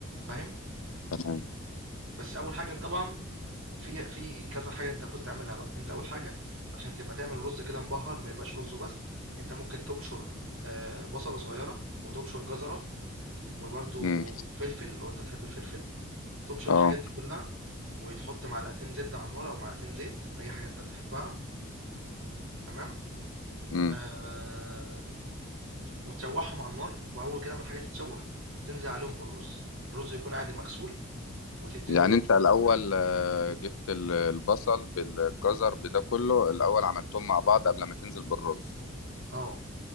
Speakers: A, on the right; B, on the left.
A: فاهم؟
B: تمام
A: بس أول حاجة أنت طبعًا في في كذا حاجة أنت المفروض تعملها بقى، أنت أول حاجة عشان تبقى تعمل الرز كده مبهّر ما يبقاش رُز وبس، أنت ممكن تبشُر آآ، بصلة صغيّرة وتبشُر جزرة وبرضه
B: امم
A: فلفل لو أنت بتحب الفلفل. تبشر
B: اه
A: الحاجات دي كلها وتحط معلقتين زبدة على النار أو معلقتين زيت أي حاجة أنت بتحبها تمام
B: امم
A: آه وتشوحهم على النار وأول كده ما الحاجة تتشوح تنزل عليهم بالرز الرز يكون عادي مغسول وتديله
B: يعني انت الاول آه، جبت ال- البصل بالجزر بده كله الاول عملتهم مع بعض قبل ما تنزل بالرز
A: اه